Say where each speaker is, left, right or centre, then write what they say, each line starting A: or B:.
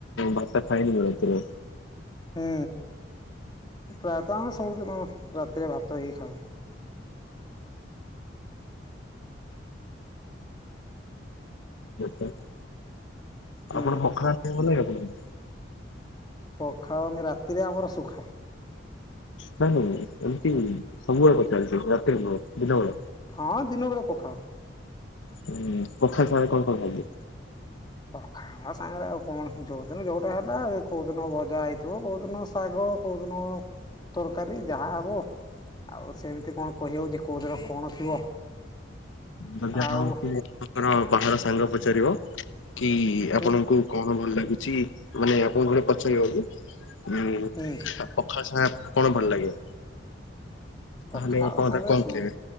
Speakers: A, on the left; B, on the left.
A: ଭାତ ଖାଏନି ମୁଁ ରାତିରେ।
B: ହୁଁ ପ୍ରାୟତଃ ଆମେ ସବୁଦିନ ରାତିରେ ଭାତ ହିଁ ଖାଉ।
A: ହୁଁ। ଆପଣ
B: ହୁଁ।
A: ପଖାଳ ଖାଇବାକୁ ଭଲ ଲାଗେ ଆପଣଙ୍କୁ?
B: ପଖାଳ ନି ରାତିରେ ଆମର ଶୁଖା।
A: ନାଇଁ ନାଇଁ ଏମିତି ସବୁବେଳେ ପଚାରୁଛି ରାତିରେ ନୁହଁ ଦିନବେଳେ।
B: ହଁ ଦିନ ବେଳେ ପଖାଳ।
A: ଉଁ ପଖାଳ ସାଙ୍ଗରେ କଣ ଖାଉଚନ୍ତି?
B: ପଖାଳ ସାଙ୍ଗରେ ଆଉ କଣ ଯୋଉଦିନ ଯୋଉଟା ହେଲା କୋଉ ଦିନ ଭଜା ହେଇଥିବ କୋଉ ଦିନ ଶାଗ ଅ କୋଉ ଦିନ ତରକାରୀ ଯାହା ହବ। ଆଉ ସେମିତି କଣ କହି ହଉଚି କୋଉ ଦିନ କଣ ଥିବ।
A: ଯଦି ଆପଣଙ୍କୁ
B: ଆଉ
A: କିଏ କର ବାହାର ସାଙ୍ଗ ପଚାରିବ କି
B: ହୁଁ
A: ଆପଣଙ୍କୁ କଣ ଭଲ ଲା ଉଚି ମାନେ ଆପଣୁ ଘରେ ପଚାରିବ କି ଉଁ
B: ହୁଁ
A: ଆ ପଖାଳ ସାଙ୍ଗେ କଣ ଭଲ ଲାଗେ? ତାହେଲେ
B: ପଖାଳ
A: ଆପଣ
B: ସାଙ୍ଗରେ
A: ତାକୁ କଣ
B: ଶୁଁ
A: କହିବେ?